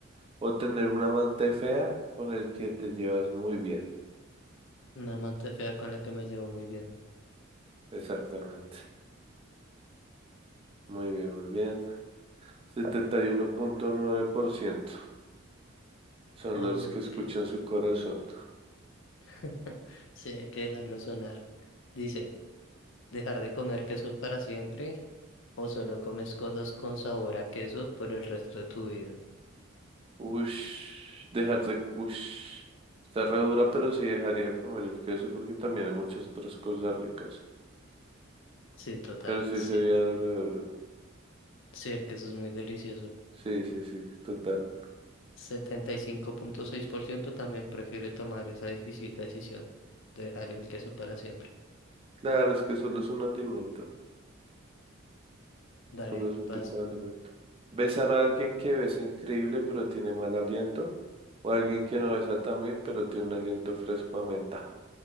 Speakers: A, on the right; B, on the left.
A: o tener una amante fea con el que te llevas muy bien.
B: una amante fea con la que me llevo muy bien.
A: Exactamente. Muy bien, muy bien. Setenta y uno punto nueve por ciento son
B: Ok,
A: los que escuchan su corazón.
B: <laughs> sí, hay que dejarlo sonar. Dice, dejar de comer queso para siempre o solo comes cosas con sabor a queso por el resto de tu vida.
A: Ush, dejar de... Ush. Está re dura, pero sí dejaría comer el queso porque también hay muchas otras cosas ricas.
B: Sí, total,
A: Pero sí
B: sí.
A: sería re duro.
B: Sí, el queso es muy delicioso.
A: Sí, sí, sí, total.
B: setenta y cinco punto seis por ciento también prefiere tomar esa difícil decisión de dejar el queso para siempre.
A: Claro, es que solo es un alimento,
B: Daré,
A: solo es un
B: pasto.
A: tipo de alimento. Besar a alguien que besa increíble pero tiene mal aliento, o alguien que no besa tan bien pero tiene un aliento fresco a menta.